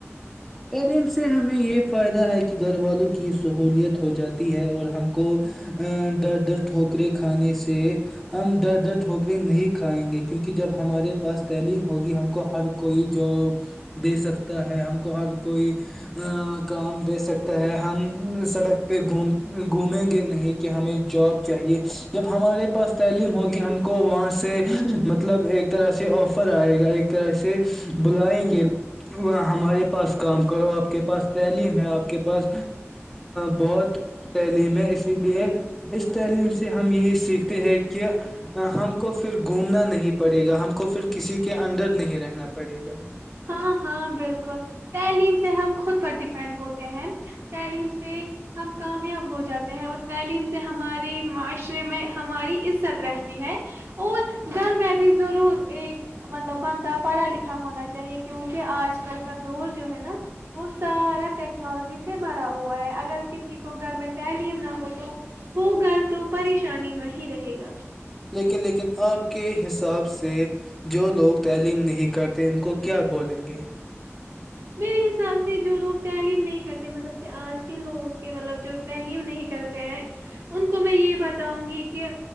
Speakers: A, in the centre; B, on the right.
A: تعلیم سے ہمیں یہ فائدہ ہے کہ گھر والوں کی سہولیت ہو جاتی ہے اور ہم کو ڈر در ٹھوکرے کھانے سے ہم در در ٹھوکرے نہیں کھائیں گے کیونکہ جب ہمارے پاس تعلیم ہوگی ہم کو ہر کوئی جاب دے سکتا ہے ہم کو ہر کوئی کام دے سکتا ہے ہم سڑک پہ گھوم گھومیں گے نہیں کہ ہمیں جاب چاہیے جب ہمارے پاس تعلیم ہوگی ہم کو وہاں سے مطلب ایک طرح سے آفر آئے گا ایک طرح سے بلائیں گے ہمارے پاس کام کرو آپ کے پاس تعلیم ہے آپ کے پاس بہت تعلیم ہے اس لیے اس تعلیم سے ہم یہی سیکھتے ہیں کہ کہ ہم کو پھر گھومنا نہیں پڑے گا ہم کو پھر کسی کے اندر نہیں رہنا پڑے گا
B: ہاں ہاں بالکل تعلیم سے ہم خود پر ڈیپینڈ ہوتے ہیں تعلیم سے ہم کامیاب ہو جاتے ہیں اور تعلیم سے اس سے ہمارے معاشرے میں ہماری عزت رہتی ہے اور گھر میں بھی ضرور ایک مطلب بندہ پڑھا لکھا ہونا چاہیے کیونکہ آج کل کا دور جو ہے نا وہ سارا ٹیکنالوجی سے بھرا ہوا ہے اگر کسی کو گھر میں تعلیم نہ ہو تو وہ گھر تو پریشانی میں ہی رہے گا
A: لیکن لیکن آپ کے حساب سے جو لوگ تعلیم نہیں کرتے ان کو کیا بولیں گے
B: میرے حساب سے جو لوگ تعلیم نہیں کرتے مطلب کہ آج کے لوگ کے مطلب جو تعلیم نہیں کرتے ہیں ان کو میں یہ بتاؤں گی کہ